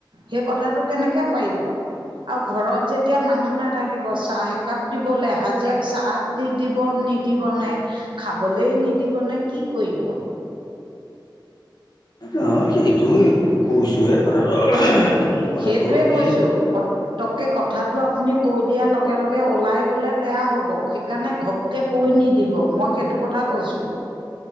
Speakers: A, on the right (about 75°); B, on the left (about 55°).
A: সেই কথাটো কেনেকে পাৰিব। আৰু ঘৰত যেতিয়া মানুহ নাথাকিব চাহ একাপ দিবলে হাজিৰাক চাহ দি দিব নিদিবনে খাবলৈই নিদিবনে কি কৰিব?
B: এইটো নহয় কি এইটো কৈছোহে কথাটো। এতিয়া মোৰ কথাটো
A: সেইটোৱে
B: হ'ল কি
A: কৈছো প তককে কথাটো আপুনি কৈ দিয়াৰ লগে লগে ওলাই গ'লে বেয়া হ'ব। সেইকাৰণে ঘ পকে কৈ নিদিব মই সেইটো কথা কৈছোঁ।